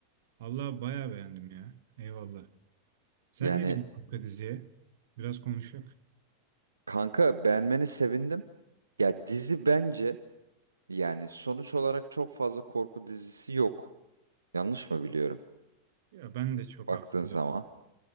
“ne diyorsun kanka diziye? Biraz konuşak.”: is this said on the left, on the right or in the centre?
Right